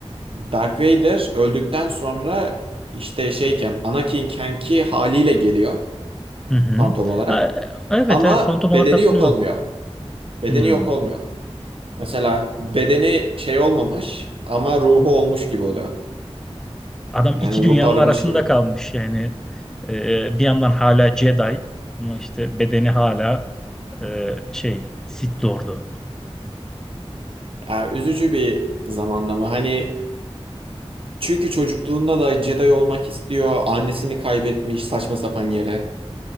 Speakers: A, on the right (about 55°); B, in the centre.
A: Darth Vader öldükten sonra işte şeyken Anakin'kenki haliyle geliyor
B: Hı hı.
A: Phantom olarak.
B: Ha, Evet
A: Ama
B: evet Phantom olarak
A: bedeni
B: hatırlıyorum.
A: yok olmuyor. Bedeni
B: Hmm.
A: yok olmuyor. Mesela bedeni şey olmamış ama ruhu olmuş gibi oluyor.
B: Adam
A: Yani
B: iki dünyanın
A: ruhu aramış
B: arasında
A: gibi.
B: kalmış yani Ee, bir yandan hala Jedi ama işte bedeni hala e, şey Sith Lord'u.
A: Ya üzücü bir zamanlama. Hani çünkü çocukluğunda da Jedi olmak istiyor. Annesini kaybetmiş saçma sapan yere.